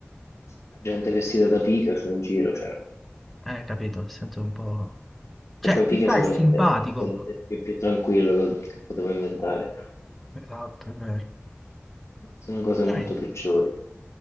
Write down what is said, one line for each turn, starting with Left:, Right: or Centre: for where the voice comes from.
Left: sì, La gente vestita da Pikachu in giro, cioè.
Centre: Eh, capito, sento un po'... Cioè,
Left: E poi
Centre: chissà,
Left: Pikachu
Centre: è simpatico.
Left: è le- forse è l'esempio più tranquillo che, che potevo inventare.
Centre: Esatto, è vero.
Left: Sono cose
Centre: Dai.
Left: molto peggiori.